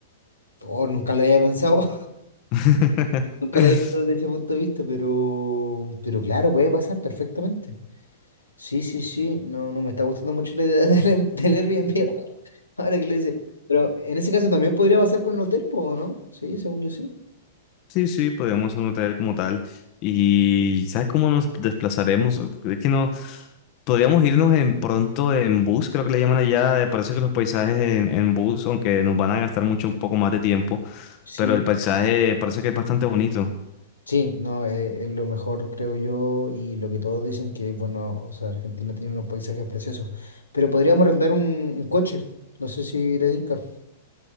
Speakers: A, on the left; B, on the left.
A: Oh, nunca lo había pensado,
B: <laughs>
A: <laughs> nunca lo había visto desde ese punto de vista, pero, pero claro, puede pasar perfectamente. Sí, sí, sí, no, no me está gustando mucho la idea <laughs> del, del Airbnb <laughs> ahora que lo dice. Pero en ese caso también podría pasar con el hotel, po, ¿o ¿no? Sí, según yo sí.
B: Sí, sí, podríamos un hotel como tal. Y ¿sabes cómo nos desplazaremos? Es que no. Podríamos irnos en pronto en bus, creo que le llaman allá. eh, Parece que los paisajes en, en bus, aunque nos van a gastar mucho un poco más de tiempo,
A: Sí,
B: pero el paisaje parece que es bastante bonito.
A: sí, no, eh, es, lo mejor, creo yo, y lo que todos dicen que, bueno, o sea, Argentina tiene unos paisajes preciosos, pero podríamos rentar un, un coche, no sé si te tinca.